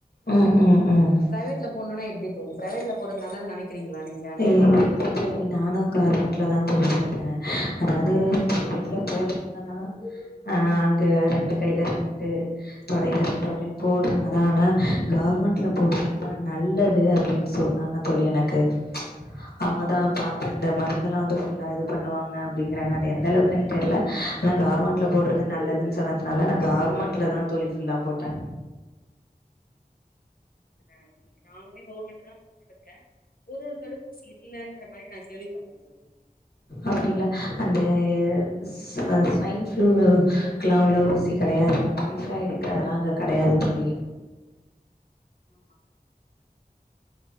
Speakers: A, on the left; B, on the left.
A: ம் ம் ம்
B: ப்ரைவேட்ல போட்னுன்னா எப்டி தோழி ப்ரைவேட்ல போட்றது நல்லதுன் நெனைக்கிறீங்ளா நீங்க
A: இல்ல தோழி நானு கவர்மெண்ட்ல தா தோழி போட்ட அதாவது ப்ரைவேட்ல போட்றாங்க தா அ அங்க ரெண்டு கைல ரெண்டு தொடையில ரெண்டு அப்டின் போட்றாங்கதா ஆனா கவர்மெண்ட்ல போட்றதுதா நல்லது அப்டின் சொன்னாங்க தோழி எனக்கு அவுங்கதா பாத்து அந்த மருந்துல்லா வந்து ஃபுல்லா வந்து இது பண்ணுவாங்க அப்டிங்குறாங்க அது எந்த அளவுக்குன்னு தெர்ல ஆனா கவர்மெண்ட்ல போடுறது நல்லதுன்னு சொன்னதுனால நா கவர்மெண்ட்ல தா தோழி ஃபுல்லா போட்ட
B: <inaudible> நானுமே கவர்மெண்ட்டு தா போட்டுட்டுருக்க ஒரு தடுப்பூசி இல்லன்ற மாரி நா கேள்விப்பட்ட தோழி
A: அப்டிங்ளா அந்த ஸ்வ ஸ்வைன் ஃப்ளூவுக்லா உள்ள ஊசி கெடையாது டைஃபாய்டுக்கு அதெல்லா அங்க கெடையாது தோழி
B: <inaudible>